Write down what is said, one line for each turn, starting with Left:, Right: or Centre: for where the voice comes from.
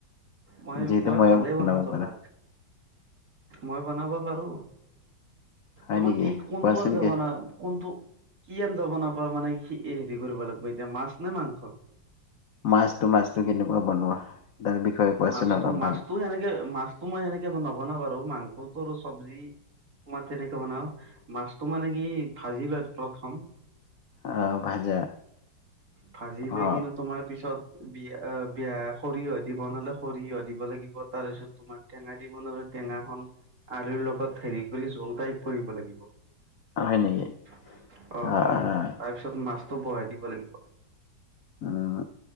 Right: মই,
Left: যিহেতু
Right: মই
Left: মইয়ে
Right: ভালেই
Left: বনাব
Right: বনাও ৰবা।
Left: পাৰো
Right: মই বনাব পাৰো।
Left: হয়
Right: তোমাক
Left: নেকি
Right: কি, কোনটো
Left: কোৱাচোন
Right: আন যাবানা
Left: কি
Right: কোনটো কি আঞ্জা বনাবা মানে কি হেৰি কৰিব লাগিব এতিয়া মাছ নে মাংস?
Left: মাছতটো মাছটো কেনেকুৱা বনোৱা? তাৰ বিষয়ে কোৱাচোন
Right: মাছতো,
Left: অলপ
Right: মাছতো
Left: ভাল
Right: সেনেকে মাছতো মই সেনেকে ব নবনাও বাৰু। মাংসটো আৰু চবজি, তোমাৰ তেনেকে বনাও মাছতো মানে কি ভাজি লয় প্ৰথম।
Left: আহ ভাজা
Right: ভাজি লৈ
Left: অ
Right: কিন্তু তোমাৰ পিছত বিয়া-বিয়া সৰিয়হ দি বনালে সৰিয়হ দিব লাগিব। তাৰ পিছত তোমাৰ টেঙা দি বনালে, টেঙাখন আলুৰ লগত হেৰি কৰি জুল টাইপ কৰিব লাগিব। অ',
Left: হয় নেকি আহ
Right: হয়।
Left: আহ
Right: তাৰপিছত মাছ টো বহায় দিব লাগিব।
Left: উম,